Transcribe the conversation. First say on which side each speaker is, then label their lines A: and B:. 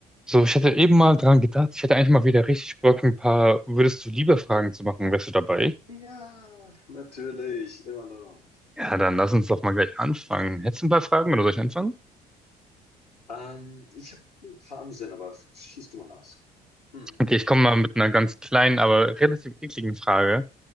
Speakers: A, in the centre; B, on the left.
A: So, ich hatte eben mal dran gedacht, ich hätte eigentlich mal wieder richtig Bock, ein paar Würdest du lieber Fragen zu machen. Wärst du dabei?
B: Ja, natürlich, immer nur.
A: Ja, dann lass uns doch mal gleich anfangen. Hättest du ein paar Fragen oder soll ich anfangen?
B: Ähm, ich habe ein paar im Sinn, aber schieß du mal aus. Hm,
A: Okay, ich
B: hm,
A: komme mal mit einer ganz kleinen, aber relativ ekligen Frage.